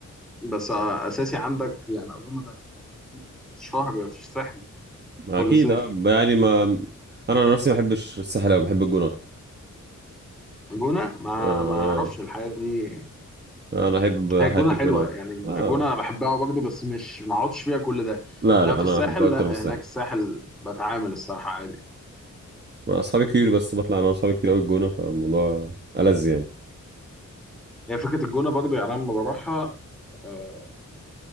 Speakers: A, in the centre; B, on the right.
A: بس آه، اساسي عندك يعني اظن ده اساسي عند كل الناس شهر في الساحل
B: أكيد
A: كل صيف
B: آه يعني ما أنا عن نفسي ما بحبش الساحل أوي بحب الجونة أكتر
A: جونه ما
B: آه
A: ما اعرفش الحياه دي
B: آه، أنا أحب
A: هي الجونه
B: حياة الجونة
A: حلوه
B: أكتر
A: يعني الجونه
B: آه
A: انا بحبها برضه بس مش ما اقعدش فيها كل ده
B: لا
A: انما
B: لا
A: في
B: أنا
A: الساحل
B: أحبها أكتر
A: لا
B: من الساحل
A: هناك الساحل بتعامل الصراحه عادي يعني
B: أصحابي كتير بس بطلع أنا وأصحابي كتير أوي الجونة فالموضوع ألذ يعني
A: هي فكره الجونه برضه يعني انا لما بروحها آه،